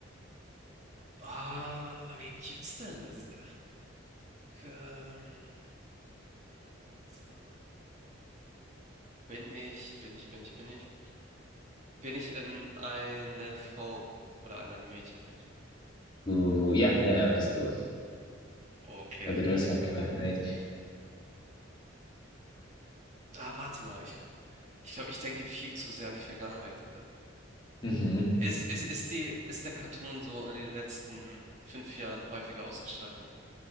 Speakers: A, on the right; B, on the left.
A: Ah, wen gibt's denn? Das ist, ähm, Schwarzer. Bin ich, bin ich, bin ich, bin ich. Bin ich in eine Frau oder an ein Mädchen verknallt?
B: Du, ja, ja, ja, bist du.
A: Okay.
B: Also du bist verknallt, nicht?
A: Ah, warte mal. Ich, ich glaube, ich denke viel zu sehr an die Vergangenheit.
B: Mhm.
A: Ist, ist, ist die, ist der Cartoon so in den letzten fünf Jahren häufiger ausgestrahlt worden?